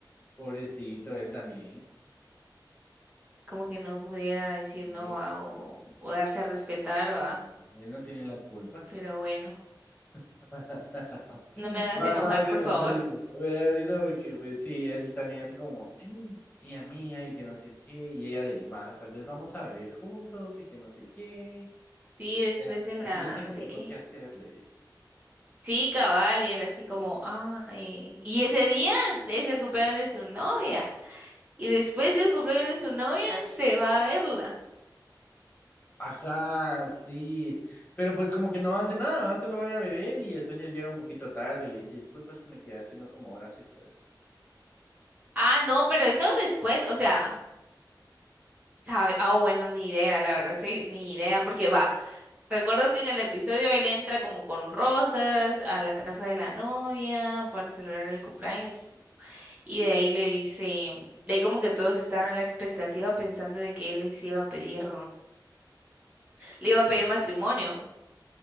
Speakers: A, on the left; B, on the right.
A: Pobrecito él también, ¿eh?
B: como que no pudiera decir
A: Sí,
B: no
A: eh,
B: ¿va? o, o darse a respetar, va.
A: él no tiene la culpa.
B: Pero bueno,
A: <laughs> Sí.
B: no me hagas
A: Va,
B: enojar,
A: no, sí,
B: por
A: me
B: favor.
A: da risa, me da risa porque, pues, sí, él también así como, tía mía, y que no sé qué, y ella de, va, tal vez vamos a beber juntos, y que no sé qué,
B: Sí, después
A: o,
B: de la
A: o tienes
B: no
A: algo
B: sé
A: mejor
B: qué.
A: que hacer, le dice.
B: Sí, cabal, y él así como, ah, eh, Y ese día es el cumpleaños de su novia. Y después del cumpleaños de su novia se va a verla.
A: Ajá, sí, pero pues como que no hace nada, ¿verdad? Solo van a beber y después él llega un poquito tarde y le dice, disculpa, es que me quedé haciendo como horas extras.
B: Ah, no, pero eso después, o sea, sabe, ah, bueno, ni idea, la verdad, sí, ni idea, porque va. Recuerdo que en el episodio él entra como con rosas a la casa de la novia para celebrar el cumpleaños y de ahí le dice, de ahí como que todos estaban a la expectativa pensando de que él les iba a pedir, le iba a pedir matrimonio.